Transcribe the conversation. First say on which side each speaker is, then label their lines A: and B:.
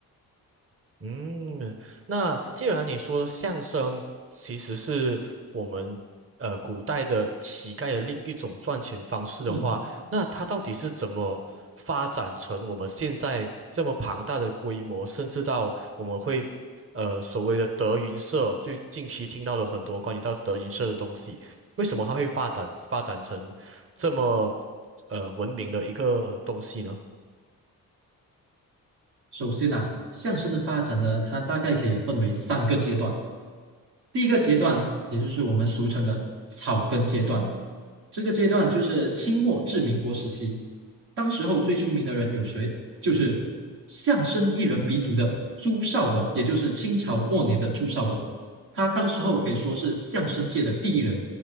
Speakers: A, on the right; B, on the right.
A: 嗯，那既然你说相声其实是我们呃古代的乞丐的另一种赚钱方式的话，
B: 嗯。
A: 那它到底是怎么发展成我们现在这么庞大的规模，甚至到我们会呃所谓的德云社，最近期听到的很多关于到德云社的东西，为什么它会发展发展成这么呃文明的一个东西呢？
B: 首先呐，相声的发展呢，它大概可以分为三个阶段。第一个阶段，也就是我们俗称的草根阶段，这个阶段就是清末至民国时期。当时候最出名的人有谁？就是相声艺人鼻祖的朱绍文，也就是清朝末年的朱绍文。他当时候可以说是相声界的第一人，